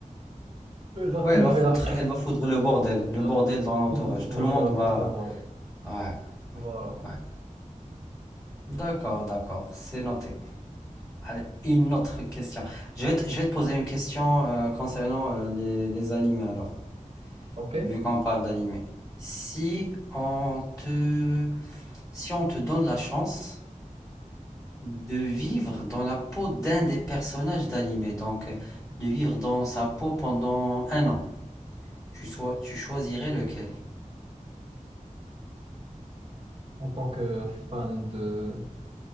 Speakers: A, on the right; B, on the left.
A: elle va
B: Ouais,
A: tout
B: elle va
A: faire.
B: foutre, elle va foudre le bordel, le
A: Elle va
B: bordel
A: foutre,
B: dans l'entourage.
A: tout foutre
B: Tout
A: en
B: le
A: l'air,
B: monde
A: elle va
B: va.
A: foutre le bordel.
B: Ouais,
A: Voilà.
B: ouais. D'accord, d'accord, c'est noté. Allez, une autre question. Je vais te, je vais te poser une question euh, concernant euh, les, les animés alors,
A: OK.
B: vu qu'on parle d'animés. Si on te, si on te donne la chance de vivre dans la peau d'un des personnages d'animé, donc euh, de vivre dans sa peau pendant un an, tu, sois- tu choisirais lequel?
A: En tant que fan de...